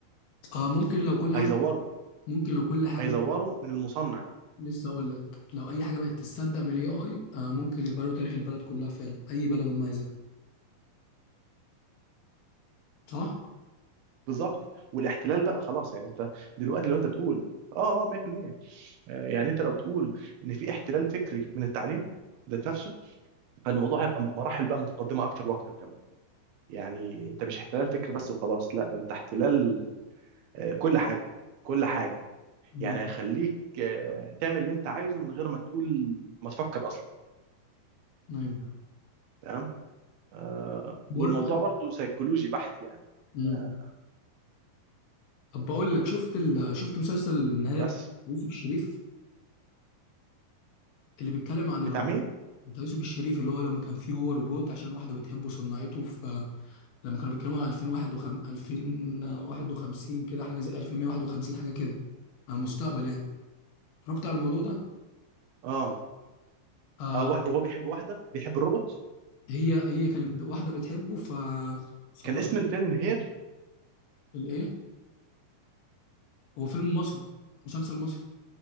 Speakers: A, on the left; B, on the right.
A: اه ممكن لو كل
B: هيزوروا
A: حاجة ممكن لو كل حاجة
B: هيزوروا من المصنع
A: لسه اقول لك لو اي حاجة بقت تصدق من الاي اي آه ممكن يغيروا تاريخ البلد كلها فعلا اي بلد هم عايزينها صح؟
B: بالظبط والاحتلال بقى خلاص يعني انت دلوقتي لو انت تقول اه اه 100% آه، يعني انت لو بتقول ان في احتلال فكري من التعليم ذات نفسه فالموضوع هيبقى بمراحل بقى متقدمه اكتر واكتر كمان يعني انت مش احتلال فكري بس وخلاص لا ده انت احتلال آه، كل حاجه كل حاجه
A: امم
B: يعني هيخليك آه، تعمل اللي انت عايزه من غير ما تقول ما تفكر اصلا
A: ايوه
B: تمام آه والموضوع
A: ور-
B: برضو سيكولوجي بحت يعني
A: امم
B: آه،
A: طب بقول لك شفت ال... شفت مسلسل النهاية
B: بس
A: بتاع يوسف الشريف اللي بيتكلم عن
B: بتاع
A: الروبوت
B: مين
A: بتاع يوسف الشريف اللي هو لما كان فيه هو روبوت عشان واحدة بتحبه صنعته في لما كانوا بيتكلموا عن 2051 2051 كده حاجه زي 1151 حاجه كده على المستقبل يعني اتفرجت على الموضوع ده
B: اه,
A: آه
B: آه واحد- هو بيحب واحده بيحب الروبوت
A: هي هي كانت واحده بتحبه ف صنعت
B: كان اسم الفيلم هير
A: الايه هو فيلم مصري مسلسل مصري